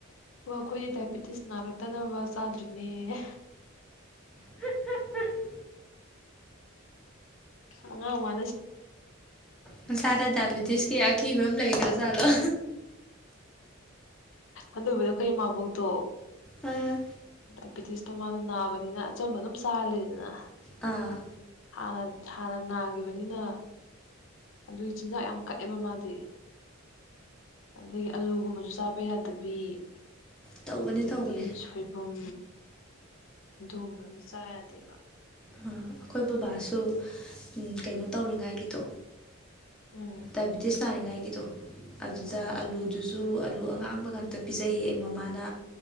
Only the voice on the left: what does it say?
ꯑꯣ ꯑꯩꯈꯣꯏꯗꯤ ꯗꯥꯏꯕꯦꯇꯤꯁ ꯅꯥꯔꯛꯇꯅꯕ ꯆꯥꯗ꯭ꯔꯤꯅꯦ
ꯑ ꯋꯥ
ꯑꯗꯨꯕꯨꯗꯤ ꯑꯩꯈꯣꯏ ꯏꯃꯥꯕꯣꯛꯇꯣ
ꯗꯥꯏꯕꯦꯇꯤꯁꯇꯣ ꯃꯥꯅ ꯅꯥꯕꯅꯤꯅ ꯑꯆꯝꯕ ꯑꯗꯨꯝ ꯆꯥꯍꯜꯂꯤꯦꯗꯅ
ꯍꯥꯟꯅ ꯍꯥꯟꯅ ꯅꯥꯈꯤꯕꯅꯤꯅ ꯑꯗꯨꯒꯤ ꯆꯤꯟꯖꯥꯛ ꯌꯥꯝ ꯀꯛꯑꯦꯕ ꯃꯥꯗꯤ ꯑꯗꯒꯤ ꯑꯂꯨꯒꯨꯝꯕꯁꯨ ꯆꯥꯕ ꯌꯥꯗꯕꯤ
ꯑꯗꯒꯤ
ꯁꯣꯏꯕꯨꯝ ꯑꯗꯨꯒꯨꯝꯕꯝ ꯆꯥꯗꯦꯕ
ꯎꯝ
ꯎꯝ